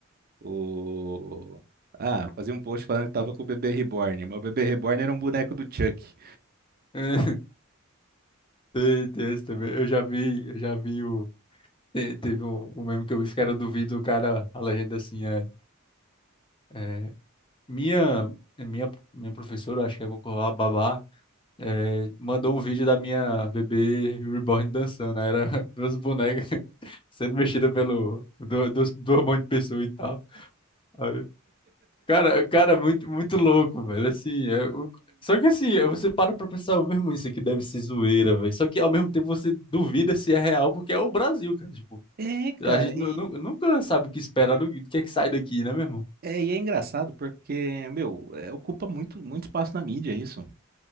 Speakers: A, on the right; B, on the left.
A: o... Ah, fazia um post falando que tava com o bebê reborn. Meu bebê reborn era um boneco do Chuck.
B: <laughs> Tem, tem esse também. Eu já vi, eu já vi o. Te- Teve um, um meme que eu vi que era do vídeo, o cara, a legenda assim, é, é, minha, é minha, minha professora, acho que é a babá, é, mandou um vídeo da minha bebê reborn dançando, aí era <laughs> duas bonecas <laughs> sendo mexidas pelo, do, do, do hormônio de pessoa e tal. Aí, cara, cara, muito, muito louco, velho, assim, é, o- só que assim, você para pra pensar, mesmo isso aqui deve ser zoeira, velho, só que ao mesmo tempo você duvida se é real, porque é o Brasil, cara, tipo,
A: É, cara,
B: A gente nu-
A: e
B: nu- nunca sabe o que esperar, do do que é que sai daqui, né, meu irmão?
A: é, e é engraçado porque, meu, é, ocupa muito, muito espaço na mídia isso.